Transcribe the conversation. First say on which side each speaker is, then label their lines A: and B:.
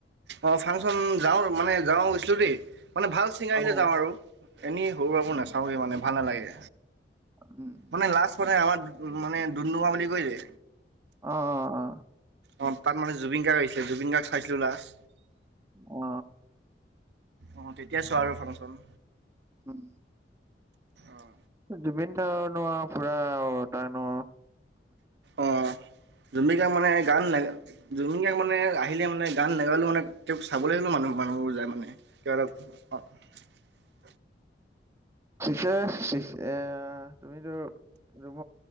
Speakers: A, on the right; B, on the right.
A: অ ফাংচন যাওঁ। মানে গাওঁত গৈছিলো দেই। মানে ভাল ছিংগাৰ
B: অঁ,
A: আহিলে যাওঁ আৰু এনেই সৰু-সুৰাবোৰ
B: উম,
A: নাচাওঁৱে মানে ভাল নালাগে।
B: উম,
A: মানে
B: হয়।
A: লাষ্ট মানে আমাৰ মানে ডুমডুমা বুলি কৈ যে
B: অ অ অ।
A: অ তাত মানে জুবিন গাৰ্গ আহিছিলে। জুবিন গাৰ্গ চাইছিলো লাষ্ট
B: অ।
A: অ তেতিয়া চোৱা আৰু ফাংচন।
B: উম।
A: অহ।
B: জুবিন দা তাৰনো পুৰা আৰু তাইনো
A: অ জুবিন গাৰ্গ মানে গান জুবিন গাৰ্গ মানে আহিলে মানে গান নেগালেও মানে তেওঁক চাবলৈ হলেও। মানুহ মানুহবোৰ যায় মানে তেওঁক কিবা এটা
B: পিছে পিছে তুমিতো ৰুম